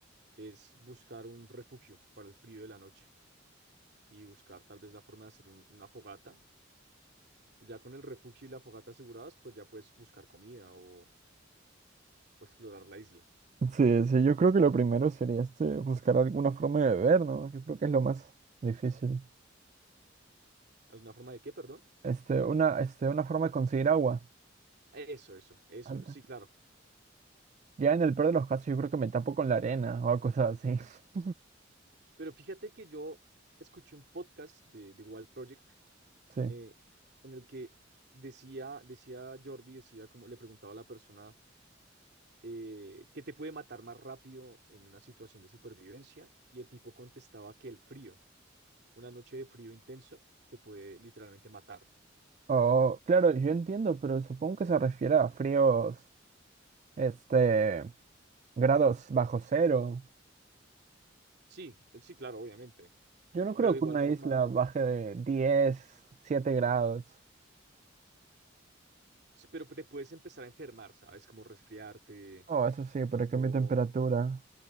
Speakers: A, on the right; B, on the right.
A: es buscar un refugio para el frío de la noche y buscar tal vez la forma de hacer un- una fogata Ya con el refugio y la fogata aseguradas, pues ya puedes buscar comida o, o explorar la isla.
B: Sí, sí, yo creo que lo primero sería este, buscar alguna forma de beber, ¿no? Yo creo que es lo más difícil.
A: ¿Alguna forma de qué, perdón?
B: Este, una, este, una forma de conseguir agua.
A: Eso, eso, eso,
B: Antes.
A: sí, claro.
B: Ya en el peor de los casos, yo creo que me tapo con la arena o cosas así. <laughs>
A: Pero fíjate que yo escuché un podcast de, de Wild Project
B: Sí.
A: eh, en el que decía, decía Jordi, decía como le preguntaba a la persona eh, qué te puede matar más rápido en una situación de supervivencia y el tipo contestaba que el frío, una noche de frío intenso, te puede literalmente matar.
B: O, claro, yo entiendo, pero supongo que se refiere a fríos, este, grados bajo cero.
A: Sí, eh, sí, claro, obviamente.
B: Yo no creo
A: Pero de
B: que
A: igual
B: una
A: forma
B: isla baje de 10, 7 grados.
A: Sí, pero te puedes empezar a enfermar, ¿sabes? Como resfriarte,
B: Oh, eso sí,
A: tu
B: pero
A: cuerpo,
B: que mi temperatura